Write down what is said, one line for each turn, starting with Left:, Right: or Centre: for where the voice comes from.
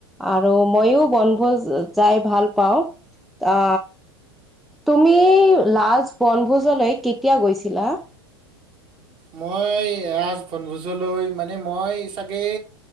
Centre: আৰু ময়ো বনভোজ যাই ভাল পাওঁ আ তুমি লাষ্ট বনভোজলৈ কেতিয়া গৈছিলা
Right: মই লাষ্ট বনভোজলৈ মানে মই চাগে